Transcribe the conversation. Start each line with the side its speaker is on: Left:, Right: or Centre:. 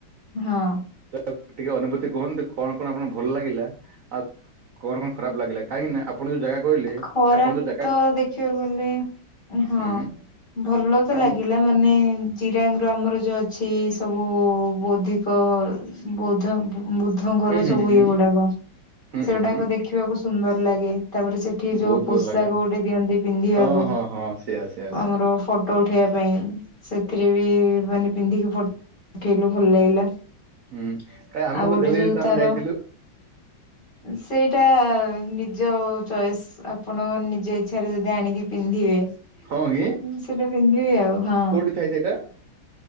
Left: ହଁ
Right: ତ ଟିକେ ଅନୁଭୂତି କୁହନ୍ତୁ କଣ କଣ ଆପଣଙ୍କୁ ଭଲ ଲାଗିଲା ଆଉ କଣ କଣ ଖରାପ ଲାଗିଲା କାହିଁକି ନା ଆପଣ ଯୋଉ ଜାଗା କହିଲେ
Left: ଖରାପ
Right: ଆପଣ ଯୋଉ ଜାଗା
Left: ତ ଦେଖିବାକୁ ଗଲେ ହଁ
Right: ହୁଁ ହୁଁ
Left: ଭଲ ତ
Right: ଆପଣ
Left: ଲାଗିଲା ମାନେ ଚିରାଙ୍ଗ ର ଆମର ଯଉ ଅଛି ସବୁ ବୌଦ୍ଧିକ ବୌଦ୍ଧ ବୁଦ୍ଧ ଙ୍କର
Right: ହୁଁ ହୁଁ
Left: ସବୁ
Right: ହୁଁ
Left: ଇଏ
Right: ହୁଁ
Left: ଗୁଡାକ
Right: ହୁଁ
Left: ସେ ଗୁଡ଼ାକ
Right: ହୁଁ
Left: ଦେଖିବାକୁ ସୁନ୍ଦର ଲାଗେ ତାପରେ ସେ ସେଠି ଯୋଉ
Right: ବହୁତ
Left: ପୋଷାକ
Right: ଭଲ ଲାଗେ।
Left: ଗୋଟେ ଦିଅନ୍ତି ପିନ୍ଧିବାକୁ
Right: ହଁ ହଁ ହଁ ସେଆ ସେଆ ସେଆ
Left: ଆମର ଫଟୋ ଉଠେଇବା ପାଇଁ ସେଥିରେ ବି ମାନେ ପିନ୍ଧିକି ଫଟୋ ଉଠେଇଲୁ ଭଲ ଲାଗିଲା
Right: ହୁଁ କାଇଁ ଆମକୁ
Left: ଆଉ ଗୋଟେ
Right: ଦେଲିନି
Left: ଯୋଉ
Right: ତ
Left: ତାର
Right: ଆମେ ଯାଇଥିଲୁ
Left: ସେଇଟା ନି ନିଜ ଚଏସ୍ ଆପଣ ନିଜ ଇଚ୍ଛାରେ ଯଦି ଆଣିକି ପିନ୍ଧିବେ
Right: ହଁ କି
Left: ହଁ ସେଟା ପିନ୍ଧିବି ଆଉ ହଁ
Right: କୋଉଠି ଥାଏ ସେଇଟା?